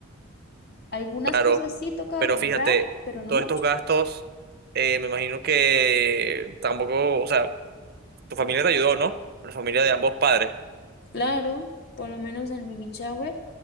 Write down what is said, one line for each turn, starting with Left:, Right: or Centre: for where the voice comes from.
Left: Algunas
Right: Claro,
Left: cosas sí tocaba
Right: pero
Left: comprar,
Right: fíjate,
Left: pero no
Right: todos
Left: mucho.
Right: estos gastos, eh, me imagino que tampoco, o sea, tu familia te ayudó, ¿no? La familia de ambos padres.
Left: Claro, por lo menos en el baby shower,